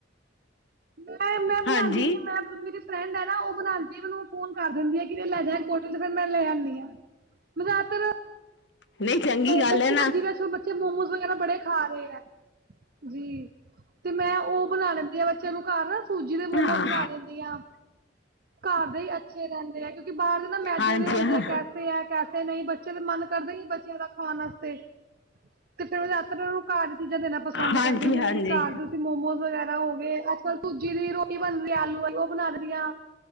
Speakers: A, on the right; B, on the left.
A: ਮੈਂ ਮੈਂ ਬਣਾਂਦੀ
B: ਹਾਂਜੀ
A: ਨੀ ਆ ਮੈਂ ਮੇਰੀ ਫਰੈਂਡ ਐ ਨਾ ਉਹ ਬਣਾਂਦੀ ਮੈਨੂੰ ਫੋਨ ਕਰ ਦਿੰਦੀ ਆ ਕਿ ਲੈ ਜਾ ਕੋਟਲ ਤੇ ਫੇਰ ਮੈਂ ਲੈ ਆਣੀ ਆ ਮੈਂ ਜਿਆਦਾਤਰ
B: ਨਹੀਂ ਚੰਗੀ ਗੱਲ
A: ਬੱਚੇ
B: ਹੈ
A: ਨਾ ਜਿਵੇਂ ਮੋਮੋਜ ਵਗੈਰਾ ਬੜੇ ਖਾ ਰਹੇ ਆ ਜੀ ਤੇ ਮੈਂ ਉਹ ਬਣਾ ਲੈਂਦੀ ਆ ਬੱਚਿਆਂ ਨੂੰ ਘਰ ਸੂਜੀ ਦੇ ਮੋਮੋਜ
B: ਹਾਂ
A: ਬਣਾ ਲਿੰਦੀ ਆ ਘਰ ਦੇ ਅੱਛੇ ਰਹਿੰਦੇ ਆ ਕਿ ਬਾਹਰ ਦੇ ਨਾ ਮੈਦੇ
B: ਹਾਂਜੀ
A: ਦੇ ਹੁੰਦੇ
B: ਹਾਂ
A: ਆ ਕੈਸੇ ਹੈ ਕੈਸੇ ਨਹੀਂ ਬੱਚੇ ਦਾ ਮਨ ਕਰਦੇ ਹੀ ਬੱ ਖਾਣ ਵਾਸਤੇ ਤੇ ਫਿਰ <unintelligible> ਉਹਨੂੰ ਘਰ ਚੀਜ਼ਾਂ ਦੇਣਾ ਪਸੰਦ
B: ਹਾਂਜੀ
A: ਕਰਦੀ ਆ ਜਿਵੇਂ
B: ਹਾਂਜੀ
A: ਕਿ ਘਰ ਤੁਸੀਂ ਮੋਮੋਜ਼ ਵਗੈਰਾ ਹੋ ਗਏ ਅੱਜਕੱਲ ਸੂਜੀ ਦੀ ਰੋਟੀ ਬਣਦੀ ਆਲੂ ਵਾਲੀ ਉਹ ਬਣਾ ਦੇਣੀ ਆ